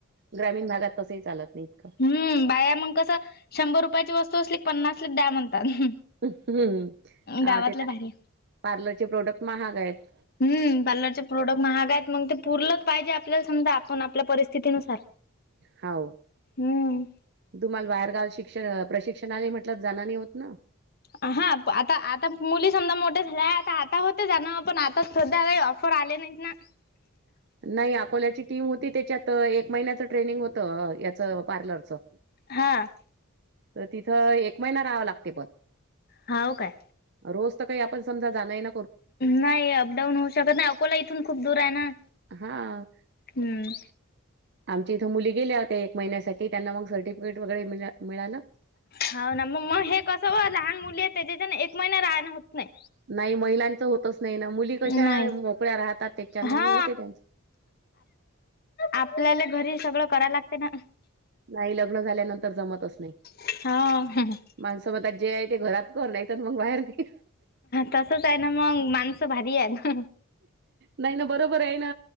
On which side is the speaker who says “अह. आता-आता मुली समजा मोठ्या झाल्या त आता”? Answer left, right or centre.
Left